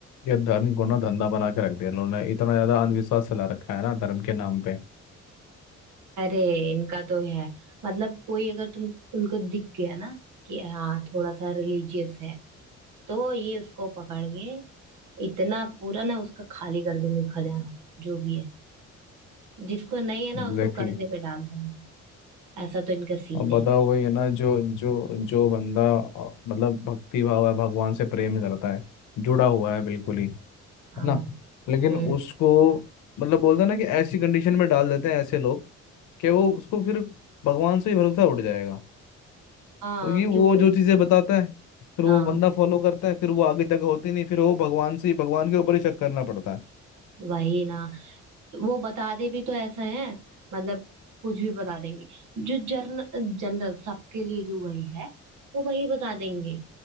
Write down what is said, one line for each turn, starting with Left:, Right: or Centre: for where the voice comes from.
Left: ये धर्म को ना धंधा बना के रख दिया इन्होंने इतना ज्यादा अंधविश्वास फैला रखा है ना धर्म के नाम पे
Right: अरे इनका तो है मतलब कोई अगर तुम उनको दिख गया ना कि हाँ थोड़ा सा रिलीजियस है तो ये उसको पकड़ के इतना पूरा ना उसका खाली कर देंगे खजाना जो भी है जिसको नहीं है ना
Left: Exactly
Right: उसको कर्जे
Left: exactly.
Right: में डाल देंगे ऐसा तो इनका सीन
Left: और बताओ
Right: है
Left: वही है ना जो जो जो बंदा अ, मतलब भक्ति भाव है भगवान से प्रेम करता है जुड़ा हुआ है बिल्कुल ही है
Right: हाँ
Left: ना लेकिन
Right: हम्म
Left: उसको मतलब बोलते हैं ना कि ऐसी कंडीशन में डाल देते हैं ऐसे लोग कि वो उसको फिर भगवान से ही भरोसा उठ जाएगा
Right: हाँ
Left: क्योंकि वो
Right: क्योंकि
Left: जो चीजें बताता है फिर
Right: हाँ
Left: वो बंदा फॉलो करता है फिर वो आगे तक होती नहीं फिर वो भगवान से ही भगवान के ऊपर ही शक करना पड़ता है
Right: वही ना वो बताते भी तो ऐसे हैं मतलब कुछ भी बता देंगे जो जर्न जनरल सबके लिए जो वही है वो वही बता देंगे